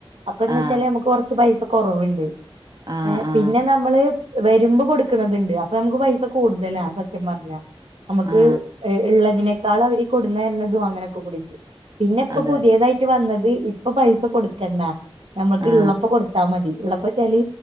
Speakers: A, on the right (about 70°); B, on the right (about 45°).
A: അപ്പന്നച്ചാല്
B: ആ
A: നമുക്ക് കുറച്ച് പൈസ കുറവുണ്ട്
B: ആ
A: ഏഹ്
B: ആ
A: പിന്നെ നമ്മള് വരുമ്പോ കൊടുക്കണതുണ്ട്. അപ്പൊ നമുക്ക് പൈസ കൂടുതലാ സത്യം പറഞ്ഞ നമുക്ക്
B: ആ
A: ഇള്ളതിനേക്കാൾ അവര് കൊടുന്ന തരുന്നതും അങ്ങനെക്കെ കൂടീട്ട് പിന്നെ ഇപ്പം
B: അതെ
A: പുത്യേതായിട്ട് വന്നത് ഇപ്പൊ പൈസ കൊടുക്കെണ്ട. ഞമ്മക്ക്
B: ആ
A: ഇള്ളപ്പോ കൊടുത് ത്താ മതി. ഇള്ളപ്പോച്ചാല്